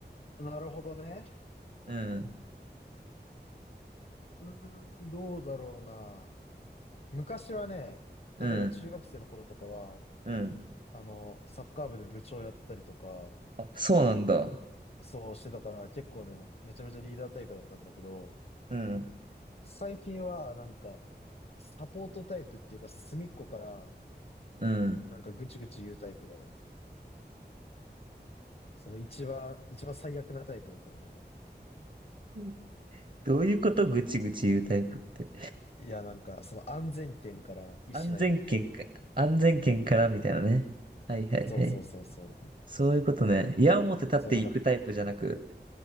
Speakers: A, on the left; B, on the right.
A: あ、なるほどね。
B: うん。
A: うーん、どうだろうな。昔はね、
B: うん。
A: 例えば中学生の頃とかは、
B: うん。
A: あの、サッカー部で部長やったりとか、
B: あ、そうなんだ。
A: そうしてたから結構ね、めちゃめちゃリーダータイプだったんだけど、
B: うん。
A: 最近はなんかサポートタイプっていうか隅っこから
B: うん。
A: なんかぐちぐち言うタイプだね。その一番、一番最悪なタイプだと思うわ。
B: うんどういうことぐちぐち言うタイプって。
A: いやなんかその安全圏から石投げるタイプだね。
B: 安全圏か、安全圏からみたいなね。はいはいはい。
A: そうそうそうそう。
B: そういうことね。矢を持って立っていくタイプじゃなく、
A: そうなんか、